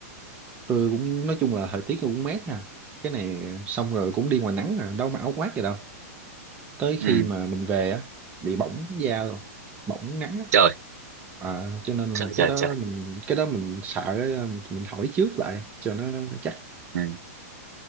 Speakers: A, on the right; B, on the right.
A: tôi cũng nói chung là thời tiết cũng mát nè cái này xong rồi cũng đi ngoài nắng à đâu mà áo khoác gì đâu tới
B: ừ
A: khi mà mình về á bị bỏng da luôn bỏng nắng á
B: trời
A: Ờ, cho nên là
B: trời
A: cái
B: trời
A: đó
B: trời
A: mình cái đó mình sợ á, mình hỏi trước lại cho nó chắc
B: ừ.